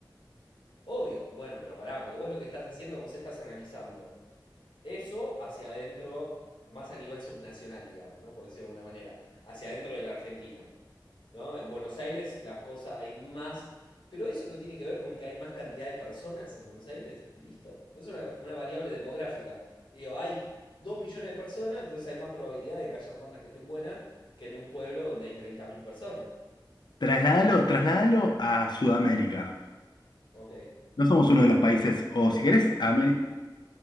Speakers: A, on the left; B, on the left.
A: Obvio, bueno, pero pará, porque vos lo que estás haciendo, vos estás analizando eso hacia adentro, más a nivel subnacional, digamos, ¿no? Por decirlo de alguna manera, hacia adentro de la Argentina. ¿no? En Buenos Aires las cosas hay más, pero eso no tiene que ver con que hay más cantidad de personas en Buenos Aires, y listo. No es una, una variable demográfica. Digo, hay dos millones de personas, entonces hay más probabilidad de que hayan bandas que estén buenas que en un pueblo donde hay treinta mil personas.
B: Trasládalo, trasládalo a Sudamérica.
A: Ok,
B: No somos uno de los países, o si querés, a Ameri-